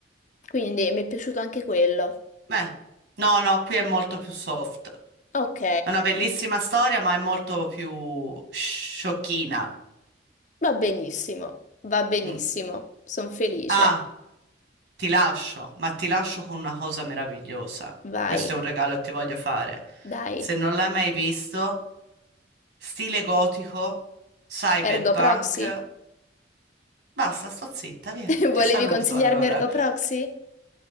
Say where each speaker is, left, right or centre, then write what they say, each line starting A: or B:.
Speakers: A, on the left; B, on the right.
A: Quindi mi è piaciuto anche quello.
B: beh. No, no, qui è molto più soft.
A: Ok,
B: È una bellissima storia, ma è molto più sciocchina.
A: va benissimo, va benissimo,
B: Mm.
A: sono felice.
B: Ah, ti lascio, ma ti lascio con una cosa meravigliosa.
A: Vai,
B: Questo è un regalo che ti voglio fare.
A: dai.
B: Se non l'hai mai visto, stile gotico, cyberpunk.
A: Ergo Proxy?
B: Basta, sto zitta, via.
A: <laughs>
B: Ti
A: Volevi
B: saluto
A: consigliarmi
B: allora.
A: Ergo Proxy?